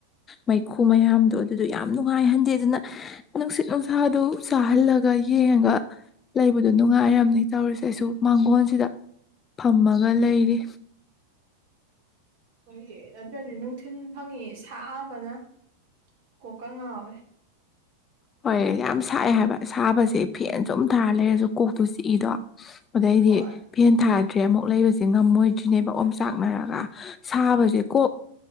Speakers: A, on the left; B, on the right.
A: ꯃꯩꯈꯨ ꯃꯌꯥꯝꯗꯣ ꯑꯗꯨꯗꯣ ꯌꯥꯝ ꯅꯨꯡꯉꯥꯏꯍꯟꯗꯦ ꯑꯗꯨꯅ ꯅꯨꯡꯁꯤꯠ ꯅꯨꯡꯁꯥꯗꯨ ꯆꯥꯍꯜꯂꯒ ꯌꯦꯡꯉꯒ ꯂꯩꯕꯗꯣ ꯅꯨꯡꯉꯥꯏꯔꯝꯅꯤ ꯇꯧꯔꯤꯁꯦ ꯑꯩꯁꯨ ꯃꯥꯡꯒꯣꯟꯁꯤꯗ ꯐꯝꯃꯒ ꯂꯩꯔꯤ
B: ꯍꯣꯏꯦ ꯅ꯭ꯔꯗꯤ ꯅꯨꯡꯊꯤꯟ ꯐꯪꯉꯤ ꯁꯛꯑꯕꯅ ꯀꯣꯀꯥ ꯉꯑ
A: ꯍꯣꯏ ꯌꯥꯝ ꯁꯛꯑꯦ ꯍꯥꯏꯕ ꯁꯥꯕꯁꯦ ꯐꯦꯟꯁꯨ ꯑꯗꯨꯝ ꯊꯥꯔ ꯂꯩꯔꯁꯨ ꯀꯣꯛꯇꯨ ꯆꯤꯛꯏꯗꯣ ꯑꯗꯩꯗꯤ
B: ꯍꯣꯏ
A: ꯐꯦꯟ ꯊꯥꯔ ꯠꯇ꯭ꯔꯦ ꯑꯃꯨꯛ ꯂꯩꯕꯁꯦ ꯉꯝꯃꯣꯏꯗ꯭ꯔꯤꯅꯦꯕ ꯑꯣꯝ ꯆꯥꯛꯅꯔꯒ ꯁꯥꯕꯁꯦ ꯀꯣ